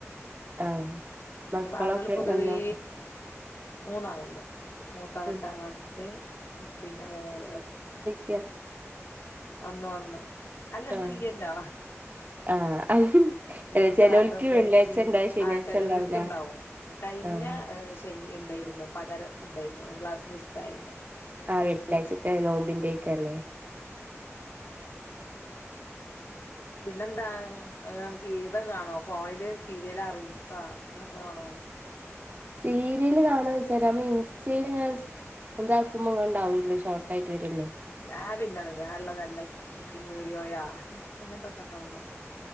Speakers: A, on the right; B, on the left.
A: ആഹ് മക്കളൊക്കെ
B: ഈ ഭാഗങ്ങൾ പൊതുവേ
A: വന്നോ
B: മൂന്നാളുണ്ട് മൂത്തത്
A: ഉം
B: എട്ടാം ക്ലാസില് പിന്നെ മോള്
A: യ്യ
B: വന്നു വന്നു അല്ല
A: ആഹ്
B: ന്ന് ഇല്ലല്ലോ
A: ആഹ് അഹ്
B: ഇന്ന്
A: അല്ല ചെലോൽക്ക്
B: സാറ്റർഡായിട്ട്
A: വെള്ളിയാഴ്ച ഇണ്ടാവും ശനിയാഴ്ച
B: ആ ചെലോർക്ക്
A: ഇണ്ടാവൂല
B: ണ്ടാവും കഴിഞ്ഞ
A: ആഹ്
B: ശനി ണ്ടയ്ര്നു പകര ണ്ടായ്ര്നു ഒരു ക്ലാസ്സ്‌ മിസ്സയെന്റെ
A: ആ വെള്ളിയാഴ്ചത്തെ നോമ്പിന്റെയ്ക്കരല്ലേ
B: പിന്നെന്താ സീരിയലൊക്കെ കാണോ ഫോണില് സീരിയലോ റീൽസോ അതൊക്കെ കാണോ
A: സീരിയല് കാണോന്ന് വെച്ചല് നമ്മള് ഇൻസ്റ്റെലിങ്ങനെ സ്ക്രോൾ ന്താക്കുമ്പോങ്ങണ്ടാവല്ലോ ഷോട്ടായിട്ട് വെരുല്ലോ
B: ഞാൻ പിന്നതാ ഞാനുള്ള നല്ല കുക്കിംഗ് വീഡിയോയ അങ്ങത്തെക്കെണ്ടാവൂലേ